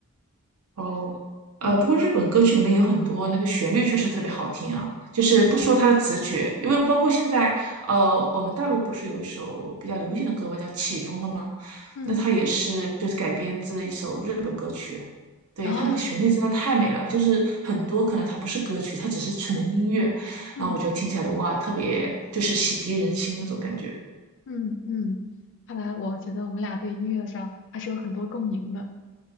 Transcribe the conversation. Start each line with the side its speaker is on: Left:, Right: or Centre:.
Right: 哦，呃，
Left: 嗯
Right: 不过日本歌曲里面有很多那个旋律确实特别好听啊，就是不说它的词曲，
Left: 嗯
Right: 因为包括现在，呃，我们大陆不是有一首比较流行的歌嘛，
Left: 嗯
Right: 叫《起风了》吗？
Left: 嗯，
Right: 那它也是就是改编自一首日本歌曲，对，
Left: 啊
Right: 它那个旋律真的太美了，就是很多可能它不是歌曲，它只是纯音乐，
Left: 嗯
Right: 然后我觉得听起来的哇，特别就是洗涤人心那种感觉。
Left: 嗯嗯，看来我觉得我们俩对音乐上还是有很多共鸣的，